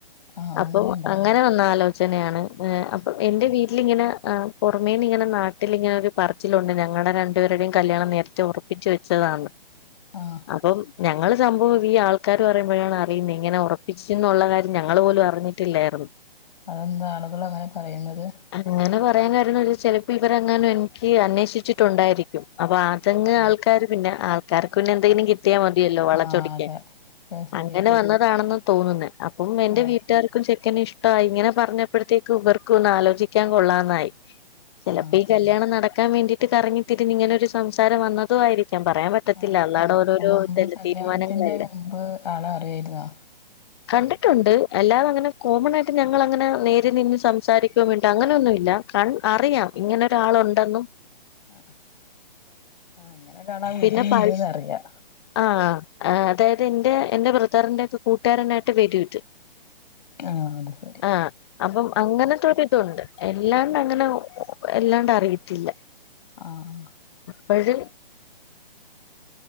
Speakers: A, on the left; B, on the left.
A: ആഹ്
B: അപ്പൊ
A: ഉണ്ടായതാ
B: അങ്ങനെ വന്നാലോ? അച്ഛനാണ് അപ്പൊ എന്റെ വീട്ടിലിങ്ങനെ ഏ പുറമേ ഇങ്ങന. നാട്ടിൽ ഇങ്ങനെ ഒരു പറച്ചിലുണ്ട് ഞങ്ങളുടെ രണ്ടു പേരുടെയും കല്ല്യാണം നേരത്തെ ഉറപ്പിച്ച് വെച്ചതാന്ന്.
A: ആഹ്
B: അപ്പം ഞങ്ങള് സംഭവം ഈ ആൾക്കാര് പറയുമ്പോഴാണ് അറിയുന്നത് ഇങ്ങനെ ഉറപ്പിച്ചന്നുള്ള കാര്യം ഞങ്ങള് പോലും അറിഞ്ഞിട്ടില്ലായിരുന്നു.
A: അതെന്താ ആളുകൾ അങ്ങനെ പറയുന്നത്?
B: അങ്ങനെ പറയാൻ കാരണം ചിലപ്പോ ഇവർങ്ങാനും എനിക്ക് അന്വേഷിച്ചിട്ടുണ്ടായിരിക്കും. അപ്പൊ അതങ്
A: ആഹ്
B: ആൾക്കാര് പിന്നെ ആൾക്കാർക്ക് പിന്നെ എന്തെങ്കിലും കി ട്ടിയാ മതിയല്ലോ വളച്ചൊടിക്കാൻ
A: ആഹ് അതെ അത് ശരിയാ
B: അങ്ങനെ വന്നതാണെന്ന് തോന്നുന്നെ. അപ്പം എന്റെ
A: ആഹ്
B: വീട്ടുകാർക്കും ചെ ക്കാനെ ഇഷ്ടായി ഇങ്ങനെ പറഞ്ഞപ്പോഴത്തേക്ക് ഉവർക്കും ഒന്ന് ആലോചിക്കാൻ കൊള്ളന്നായി. ചിലപ്പോ
A: ആഹ്
B: ഈ കല്ല്യാണം നടക്കാൻ വേണ്ടിട്ട് കറങ്ങി തിരുന്ന് ഇങ്ങനെ ഒരു സംസാരം വന്നതും ആയിരി ക്കും പറയാൻ പറ്റത്തില്ല
A: ആയിരിക്കാം
B: അള്ളാഹടെ ഓരോരോ
A: അപ്പൊ മുമ്പ്
B: തീ
A: കല്യാണത്തിന്റെ
B: തീരുമാനങ്ങളല്ലേ?
A: മുമ്പ് ആളെ അറിയായിരുന്നോ
B: കണ്ടിട്ടുണ്ട് എല്ലാത്ത അങ്ങനെ കോമൺ യിട്ട് ഞങ്ങൾ അങ്ങനെ നേരിൽ നിന്ന് സംസാരിക്ക മിണ്ടോ അങ്ങനെ ഒന്നുംല്ല ക അറിയാം. ഇങ്ങനെ ഒരാൾ ഉണ്ടെന്നും.
A: ആ ആ ഇന്ന. ഒരാൾ ആ വീട്ടിൽ
B: പിന്നെ പ
A: ഇണ്ട്ന്നറിയാ.
B: ആഹ് അതായത് എന്റെ എന്റെ ബ്രറതറിന്റെ ഒക്കെ കൂട്ടുകാരനായിട്ട് വരു ഇത്.
A: ആഹ് അത് ശരി
B: ആഹ അപ്പം അങ്ങനത്ത ഒര് ഇതുണ്ട് എല്ലാണ്ട് അങ്ങന. എല്ലാണ്ട് അറിയത്തില്ല.
A: ആ ആ
B: വഴി.